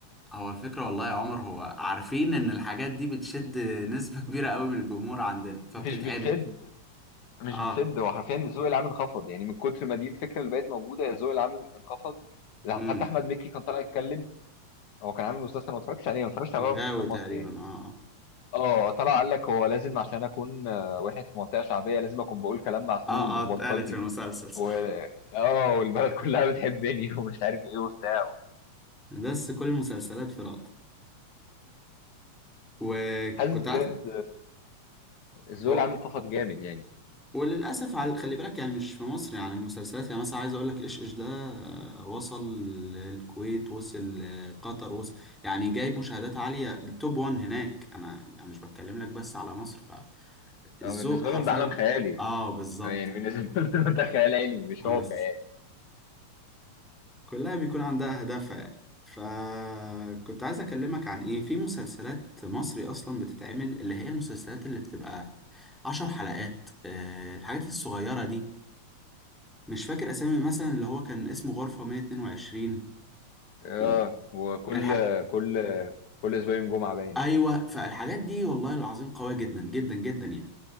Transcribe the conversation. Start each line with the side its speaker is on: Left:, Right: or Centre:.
Centre: هو الفكرة والله يا عمر هو عارفين ان الحاجات دي بتشد نسبة <laughs> كبيرة قوي من الجمهور عندنا فبتتعمل
Left: مش بتسد مش
Centre: اه
Left: بتسد هو حرفيا الذوق العام انخفض يعني من كتر ما دي الفكره اللي بقت موجوده الذوق العام انخفض ده
Centre: امم
Left: حتى احمد مكي كان طالع يتكلم هو كان عامل مسلسل ما اتفرجتش عليه ما اتفرجتش على
Centre: الغاوي
Left: ولا مسلسل مصري
Centre: تقريبا
Left: يعني
Centre: اه اه
Left: اه طلع قال لك هو لازم عشان اكون آه، واحد في منطقه شعبيه لازم اكون بقول كلام معسول
Centre: اه
Left: وبلطجي
Centre: اه اتقالت في المسلسل صح
Left: و
Centre: <laughs>
Left: اه والبلد كلها بتحبني <laughs> ومش عارف ايه وبتاع
Centre: بس كل المسلسلات في لقطة وكنت
Left: حاسس بجد
Centre: عايز
Left: الذوق
Centre: أو-
Left: العام انخفض جامد يعني
Centre: وللاسف على خلي بالك يعني مش في مصر يعني المسلسلات يعني مثلا عايز اقول لك ايش ايش ده آه، وصل الكويت وصل آه، قطر وصل يعني جايب مشاهدات عاليه التوب 1 هناك انا أنا مش بتكلم لك بس على مصر فالذوق
Left: آه، بالنسبه
Centre: حرفيا
Left: لهم ده عالم خيالي
Centre: اه بالظبط
Left: يعني بالنسبه لهم <laughs> ده خيال علمي مش
Centre: <laughs>
Left: واقع
Centre: بس كلها بيكون عندها اهدافها يعني فكنت عايز اكلمك عن ايه في مسلسلات مصري اصلا بتتعمل اللي هي المسلسلات اللي بتبقى عشر حلقات آه، الحاجات الصغيره دي مش فاكر اسامي مثلا اللي هو كان اسمه غرفة 122
Left: اه
Centre: ال-
Left: وكل
Centre: الحاج
Left: كل كل اسبوعين جمعه باين
Centre: ايوه فالحاجات دي والله العظيم قوية جدا جدا جدا يعني